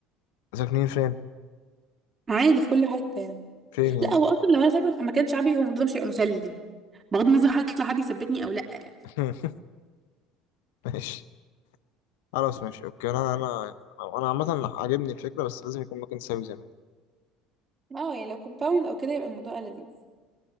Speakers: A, on the left; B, on the right.
A: ساكنين فين؟
B: عادي في كل حته يعني
A: فين يعني؟
B: لا هو اصلا لو انا ساكنه في مكان شعبي هو الموضوع ده مش هيبقى مسلي بغض النظر هل هيطلع حد يثبتني او لا يعني
A: <laughs> ماشي خلاص ماشي أوكي أنا أنا أنا عامة عاجبني الفكرة بس لازم يكون مكان ساوي زي ما أنت
B: اه يعني لو كومباوند او كده يبقى الموضوع لذيذ